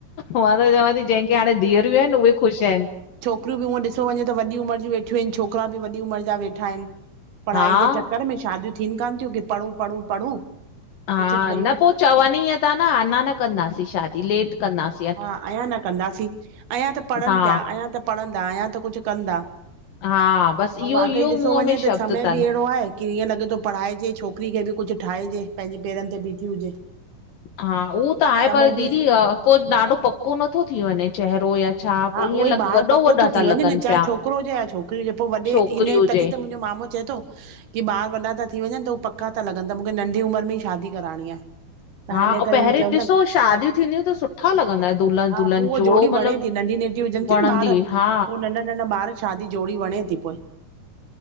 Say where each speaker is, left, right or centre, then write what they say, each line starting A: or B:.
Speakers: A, on the left; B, on the right.
A: मां त चवां थी जंहिंखे हाणे धीअरियूं आहिनि उहे ख़ुशि आहिनि।
B: छोकरियु हूंअं ॾिसो वञे त वॾी उमर जूं वेठियूं आहिनि, छोकिरा बि वॾी उमर जा वेठा आहिनि। पढ़ाई
A: हा
B: जे चक्कर में शादियूं थियनि कान थियूं कि पढ़ूं- पढ़ूं- पढ़ूं
A: हा
B: कुझु ठहियूं
A: न पो चवनि ई ईअं था न अञा न कंदासीं शादी लेट कंदास
B: हा अयां न कंदासीं, अयां त पढ़नि
A: हा
B: पिया, अयां त पढ़हंदा, अयां त कुझु कंदा।
A: हा बसि
B: औं
A: इहो
B: वाकई
A: इहो
B: ॾिसो
A: मुंहं
B: वञे
A: में
B: त
A: शब्द
B: समय
A: तनि
B: बि अहिड़ो आहे कि हीअं लॻे थो पढ़ाइजे छोकिरी खे अॼ कुझु ठाहिजे, पंहिंजे पेरनि ते बीठी हुजे।
A: हा उहो त आहे
B: समय
A: पर
B: बि
A: दीदी पोइ ॾाढो पको नथो थी वञे चहिरो या छा
B: हा
A: पो
B: उहोई
A: ईअं लॻ
B: ॿार
A: वॾो
B: पको
A: वॾा
B: थो थी
A: था
B: वञे
A: लॻनि
B: न चाहे
A: पिया
B: छोकिरो हुजे या छोकिरी हुजे पो वॾे
A: छोकिरी
B: इने
A: हुजे
B: तॾहिं त मुंहिंजो मामो चए थो की ॿार वॾा था थी वञनि त उ पका ता लॻनि त मूखे नंढी उमिरि में ई शादी कराइणी आहे। तहिन
A: हा ऐं
B: करे
A: पहिरीं
B: हू चवंदा
A: ॾिसो शादियूं थींदियूं त सुठा लॻंदा दुल्हन
B: हा
A: दुल्हन
B: पोइ उहा
A: जोड़ो
B: जोड़ी
A: मतिलबु
B: वणे थी नंढी नंटि हुजनि थी
A: वणंदी
B: न ॿार
A: हुई
B: पोइ
A: हा
B: नंढा नढन ॿार शादी जोड़ी वणे थी पोइ।